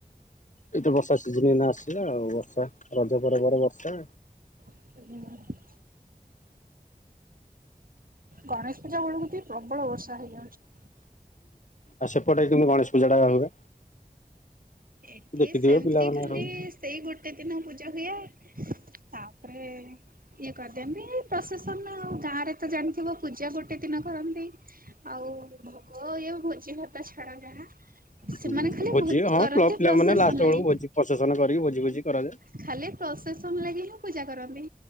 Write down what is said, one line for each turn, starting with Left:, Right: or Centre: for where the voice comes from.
Left: ଏଇତ ବର୍ଷା ସିଜନ୍ ଏଇନା ଆସିଲା ଆଉ। ବର୍ଷା ରଜ ପରେ ପରେ ବର୍ଷା।
Right: <inaudible> ଗଣେଶ ପୂଜା ବେଳକୁ ଟିକେ ପ୍ରବଳ ବର୍ଷା ହେଇଯାଉଚି।
Left: ଆଉ ସେପଟେ କେମତି ଗଣେଶ ପୂଜା ଟା ହୁଏ?
Right: ଏଠି
Left: ଦେଖିଥିବେ
Right: ସେମିତି
Left: ପିଲାମାନେ
Right: ଖାଲି
Left: ସବୁ।
Right: ସେଇ ଗୋ ଗୋଟେ ଦିନ ପୂଜା ହୁଏ। ତାପରେ ଇଏ କରିଦିଅନ୍ତି। ପ୍ରସେସନ ଆଉ ଗାଁ ରେ ତ ଜାଣିଥିବ ପୂଜା ଗୋଟେ ଦିନ କରନ୍ତି। ଆଉ ଭୋଗ ଇଏ ଭୋଜି ଭାତ ଛାଡ ଯାହା। ସେମାନେ
Left: ହୁଁ
Right: ଖାଲି
Left: ଭୋଜି
Right: ବହୁତ
Left: ହଁ
Right: କରନ୍ତି
Left: କ୍ଲବ୍ ପିଲା
Right: ପ୍ରସେସନ
Left: ମାନେ ଲାଷ୍ଟ
Right: ଲାଗି
Left: ବେଳକୁ ଭୋଜି ପ୍ରସେସନ କରିକି ଭୋଜି ଫୋଜି କରାଯାଏ।
Right: ଖାଲି ପ୍ରସେସନ ଲାଗି ହିଁ ପୂଜା କରନ୍ତି।